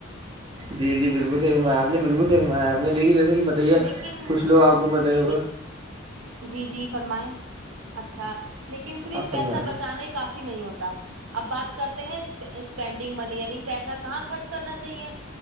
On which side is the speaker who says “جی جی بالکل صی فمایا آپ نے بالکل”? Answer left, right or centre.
Right